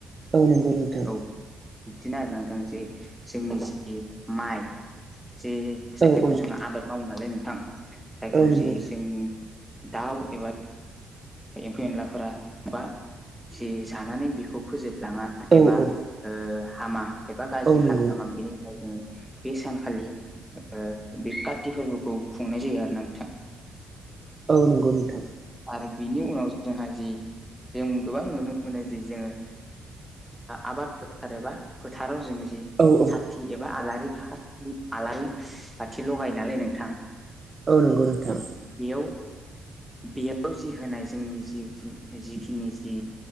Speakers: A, on the right; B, in the centre.
A: औ नंगौ नोंथां
B: औ बिदिनो आरो नोंथां जे जोंनि जि माइ जे जायखौ
A: औ औ
B: जोङो आबाद मावो नालाय नोंथां जायखौ
A: औ नंगौ
B: जि जोंनि दाउ एबा एम्फौ एनलाफोरा बा जि जानानै बिखौ फोजोबलाङा
A: औ
B: एबा
A: औ
B: ओ हामा एबा गाज्रि
A: औ नंगौ
B: खालामा <unintelligible> बेनि दा जोङो बे सानखालि ओ बे काति फोरबोखौ खुंनाय जायो आरो ना नोंथां।
A: औ नंगौ नोंथां।
B: आरो बिनि उनाव जोंहा जि जों गोबां नुनो मोनो जि जोङो आबाद फोथार एबा फोथाराव जों जि
A: औ औ
B: खाथि एबा आलारि खा आलारि बाथि लगायो नालाय नोंथां
A: औ नंगौ नोंथां।
B: बेयाव बेयाव जि होनाय जोंनि जि जिखिनि जि